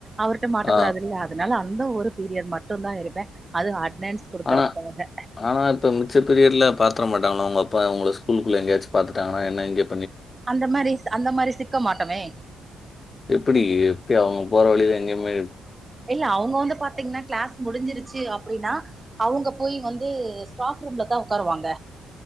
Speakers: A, on the right; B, on the left.
A: அவர்ட்ட மாட்ட
B: ஆ
A: கூடாதுல்ல அதனால அந்த ஒரு பீரியட் மட்டு தா இருப்பே அது அட்னன்ஸ் குடுக்கறதுக்காக
B: ஆனா ஆனா இப்ப மிச்ச பீரியட்ல பாத்துர மாட்டாங்ளா உங்க அப்பா உங்கள ஸ்கூல்குள்ள எங்யாச்சு பாத்துடாங்னா என்ன இங்கே
A: அந்த மாரி அந்த மாரி சிக்க மாட்டோமே
B: எப்டி எப்டி அவங் போற வழில எங்யுமே
A: இல்ல அவுங்க வந்து பாத்தீங்னா க்ளாஸ் முடிஞ்சிருச்சு அப்டினா அவுங்க போய் வந்து ஸ்டாஃப் ரூம்ல தா ஒக்காருவாங்க